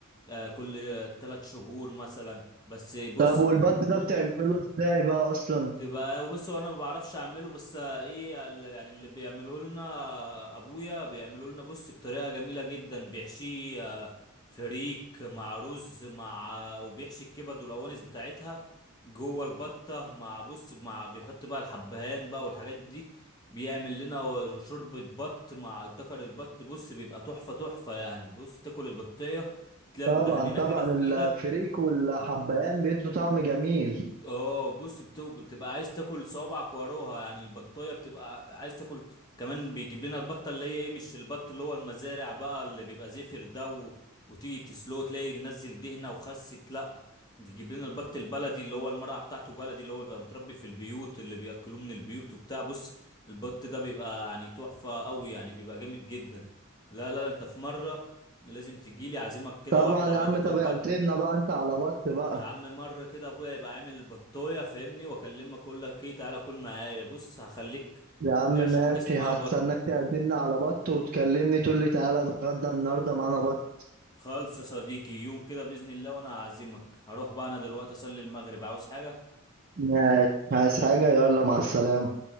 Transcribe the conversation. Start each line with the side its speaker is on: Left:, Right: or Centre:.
Left: آه، كل ثلاث شهور مثلا بس بص
Right: طب والبط ده بتعمله ازاي بقى اصلا
Left: تبقى بص هو انا ما بعرفش اعمله بس آه، ايه ال- يعني اللي بيعمله لنا ابويا بيعمله لنا بص بطريقه جميله جدا بيحشيه آه، فريك مع رز مع آه، وبيحشي الكبد والاوانس بتاعتها جوه البطه مع بص مع بيحط بقى الحبهان بقى والحاجات دي بيعمل لنا و- شوربة بط مع الدكر البط بص بيبقى تحفة تحفة يعني بص تاكل البطية تلاقيها
Right: طبعا
Left: مدهنينة
Right: طبعا
Left: كده في
Right: الفريك
Left: ايدك
Right: والحبهان بيدوا طعم جميل
Left: اه بص بتو- بتبقى عايز تاكل صوابعك وراها يعني البطايه بتبقى عايز تاكل ت- كمان بيجيب لنا البطه اللي هي ايه مش البط اللي هو المزارع بقى اللي بيبقى زفر ده و... وتيجي تسلو تلاقي نزل دهنه وخست لا يجيب لنا البط البلدي اللي هو المرعى بتاعته بلدي اللي هو بيبقى متربي في البيوت اللي بياكلوه من البيوت وبتاع بص البط ده بيبقى يعني تحفه قوي يعني بيبقى جامد جدا لا لا لا، انت في مره لازم تجيلي اعزمك كده
Right: طبعا
Left: واحد على
Right: يا عم
Left: ذكر
Right: طب
Left: بط
Right: اعزمنا بقى انت على بط بقى
Left: يا عم مرة كده ابويا يبقى عامل بطاية فاهمني واكلمك اقول لك ايه تعالى كل معايا بص هخليك
Right: يا عم
Left: تعشق
Right: ماشي
Left: حاجة اسمها
Right: هستناك
Left: بط
Right: تعزمنا على بط وتكلمني تقول لي تعالى اتغدى النهارده معانا بط
Left: خالص يا صديقي يوم كده بإذن الله وانا هعزمك هروح بقى انا دلوقتي اصلي المغرب عاوز حاجة
Right: ماشي عايز حاجه يلا مع السلامه